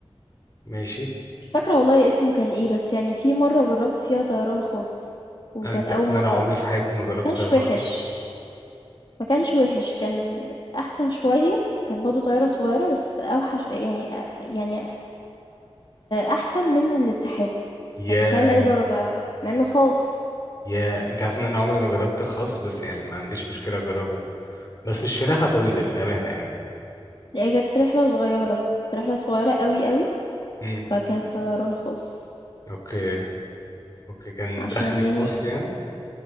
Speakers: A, on the left (about 35°); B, on the left (about 50°).
A: ماشي
B: مش فاكرة والله اسمه كان ايه بس يعني في مرة جربت فيها طيران خاص وكانت
A: انت
B: أول
A: عارف
B: مرة
A: ان انا عمري
B: يعني
A: في حياتي ما جربت
B: كانش
A: طيران
B: وحش
A: خاص
B: ما كانش وحش كان أحسن شوية كانت برضه طيارة صغيرة بس أوحش يعني يعني أحسن من الاتحاد
A: يا
B: فتخيل أي درجة يعني مع إنه خاص
A: يا انت عارف ان انا عمري ما جربت الخاص
B: مم.
A: بس يعني ما عنديش مشكلة اجربه بس مش في رحلة طويلة للأمانة يعني
B: هي كانت رحلة صغيرة كانت رحلة صغيرة قوي قوي
A: امم
B: فكان طيران خاص
A: اوكي اوكي كان
B: عشان
A: دخلي
B: يعني
A: في مصر يعني